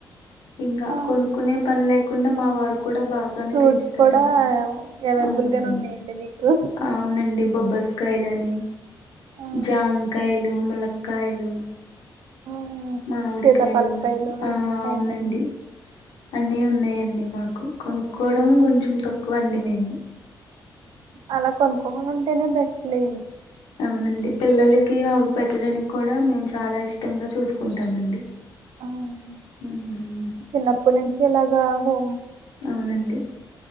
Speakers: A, on the left (about 80°); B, on the right (about 75°).
A: ఇంకా
B: ఆ
A: కొనుకునే పని లేకుండా మా వారు కూడా బాగానే
B: ఫ్రూట్స్
A: పెంచుతారండి
B: కూడా అవైలబుల్
A: అవునండి
B: గానే ఉన్నాయండి మీకు
A: అవునండి బొబ్బస్కాయలు అని
B: ఆ
A: జామకాయలు, ములక్క కాయలు
B: ఆ
A: మామిడికాయలు
B: సీతాఫలకాయలు
A: ఆ అవునండి.
B: అయన్నీ
A: అన్ని ఉన్నాయండి మాకు కొనుక్కోవడం కొంచెం తక్కువ కు వండి మీర్
B: అలా కొనుక్కోకుండా ఉంటేనే బెస్ట్ లే
A: అవునండి పిల్లలకి అవి పెట్టడానికి కూడా మేం చాలా ఇష్టంగా చూసుకుంటామండి
B: <inaudible>
A: మ్మ్
B: చిన్నప్పటి నుంచి ఇలా రాదేమో
A: అవునండి